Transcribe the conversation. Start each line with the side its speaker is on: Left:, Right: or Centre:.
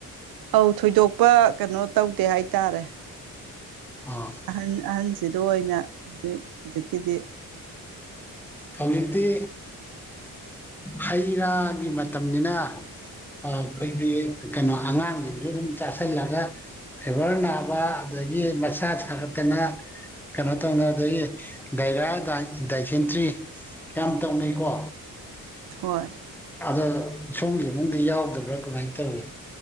Right: ꯑꯧ ꯊꯣꯏꯗꯣꯛꯄ ꯀꯩꯅꯣ ꯇꯧꯗꯦ ꯍꯥꯏꯇꯥꯔꯦ
Centre: ꯑꯣ
Right: ꯑꯍꯟ ꯑꯍꯟꯁꯤꯗ ꯑꯣꯏꯅ ꯍꯧꯖꯤꯛ ꯍꯧꯖꯤꯛꯀꯤꯗꯤ
Centre: ꯍꯧꯖꯤꯛꯇꯤ ꯍꯩ ꯔꯥꯒꯤ ꯃꯇꯝꯅꯤꯅ ꯑꯩꯈꯣꯏꯒꯤ ꯀꯩꯅꯣ ꯑꯉꯥꯡꯁꯤꯡꯁꯨ ꯑꯗꯨꯝ ꯆꯥꯁꯤꯜꯂꯒ ꯐꯤꯚꯔ ꯅꯥꯕ ꯑꯗꯒꯤ ꯃꯁꯥ ꯁꯥꯒꯠꯇꯅ ꯀꯩꯅꯣ ꯇꯧꯅ ꯑꯗꯒꯤ ꯗꯥꯏꯔꯥ ꯗꯥꯏꯁꯦꯟꯇ꯭ꯔꯤ ꯌꯥꯝ ꯇꯧꯅꯩꯀꯣ
Right: ꯍꯣꯏ
Centre: ꯑꯗꯣ ꯁꯣꯝꯒꯤ ꯏꯃꯨꯡꯗꯤ ꯌꯥꯎꯗꯕ꯭ꯔꯥ ꯀꯃꯥꯏꯅ ꯇꯧꯏꯤ